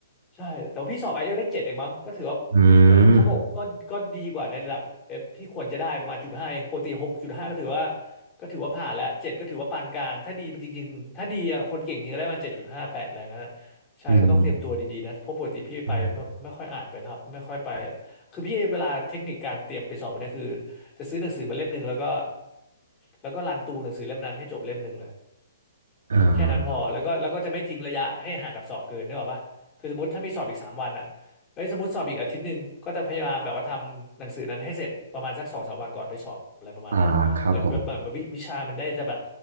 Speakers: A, on the left; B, on the right.
A: ใช่แต่ว่าพี่สอบไอเอลได้เจ็ดเองมั้งก็ถือว่า
B: อื
A: ก็เขาบอกก็ก็ดีกว่าในระดับ
B: ม
A: F ที่ควรจะได้ประมาณจุดห้าเองปกติหกจุดห้าก็ถือว่าก็ถือว่าผ่านแล้วเจ็ดก็ถือว่าปานกลางถ้าดีมันจริงๆถ้าดีอ่ะคนเก่งจริงก็ได้มันเจ็ดจุดห้าแปดอะไรเงี้ยนะใช่ก็ต้องเตรียมตัวดีๆนะเพราะปกติพี่ไปไม่ไม่ค่อยอ่านไปครับไม่ค่อยไป
B: อืมใช่
A: คือพี่เวลาเทคนิคการเตรียมไปสอบเนี่ยคือจะซื้อหนังสือมาเล่มหนึ่งแล้วก็แล้วก็รันตูหนังสือเล่มนั้นให้จบเล่มหนึ่งเลย
B: อ๋อ
A: แค่นั้นพอแล้วก็แล้วก็จะไม่ทิ้งระยะให้ห่างกับสอบเกินนึกออกปะคือสมมติถ้ามีสอบอีกสามวันอ่ะเฮ้ยสมมติสอบอีกอาทิตย์หนึ่งก็จะพยายามแบบว่าทำหนังสือนั้นให้เสร็จประมาณสักสองสามวันก่อนไปสอบอะไรประมาณนั้นอะเหมือนแบบเหมือนวิวิชามันได้จะแบบ
B: อ่าครับผม